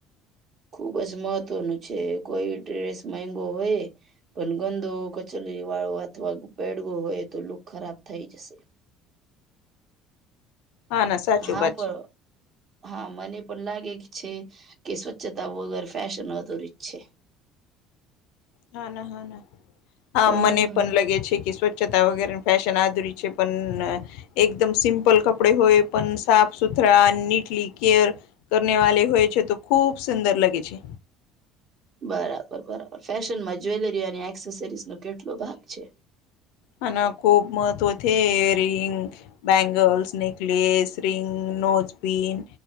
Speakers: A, on the right; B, on the left.
A: ખુબ જ મહત્વનું છે કોઈ ડ્રેસ મંઘો હોય પણ ગંદો કચરી વાળો અથવા બેડગો હોય તો લુક ખરાબ થઈ જશે.
B: હા ના સાચું
A: હા
B: વાત
A: પણ.
B: છે
A: હા મને પણ લાગે છે કે સ્વચ્છતા વગર ફેશન અધુરી જ છે.
B: હા ના હા ના હા
A: હમ
B: મને પણ લાગે છે કે સ્વછ તા વગર ફશન આધુરી છે પણ એકદમ સિમ્પલ કપડે હોય પણ સાફ સુથરા અને નીટલી કેયર કરવા વાલે હોય છે તો ખુબ સુંદર લાગે છે.
A: બરાબર બરાબર ફેશનમાં જ્વેલરી અને એક્સેસરીસ ન કેટલો ભાગ છે?
B: હ ખૂબ મહત્વ છે earring bangles necklace ring nose pin